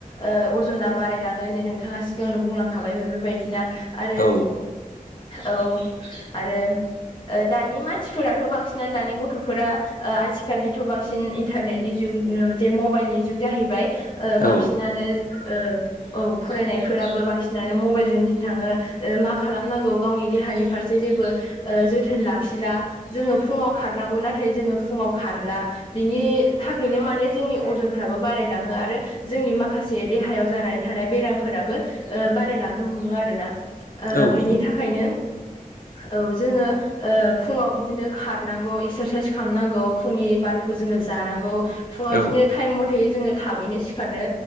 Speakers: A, on the left; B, on the left.
A: ओ अजना बारायलाङो जे नोंथाङा सिगांनो बुंलांखाबाय बेफोरबायदिना आरो
B: औ
A: औ आरो ओ दानि मानसिफोराथ' बांसिनानो दानि गथ'फोरा ओ आथिखाालनिथ' बांसिन बांसिन इन्टारनेटनि जुग जे मबाइलनि जुग जाहैबाय बांसिनानो
B: औ
A: ओ औ फरायनायफोराबो बांसिनानो मबाइलजों दिन थाङो ओ माखा खालामनांगौ गावनि देहानि फारसे जेबो जोथोन ओ लाखिला। जोङो फुङाव खारनांगौ नाथाय जोङो फुङाव खारला। बिनि थाखायनो माने जोंनि अजनफ्राबो बारायलाङो आरो जोंनि माखासे देहायाव जानानै थानाय बेरामफोराबो बारायलांनो हमो आरोना।
B: औ
A: बेनि
B: नंगौ
A: थाखायनो औ जोङो ओ फुङाव बिदिनो खारनांगौ एक्सारसाइस खालामनांगौ फुंनि बारखौ जोङो जानांगौ। फुङाव
B: औ
A: बिदिनो टाइम मथेै जोङो थाबैनो सिखारनो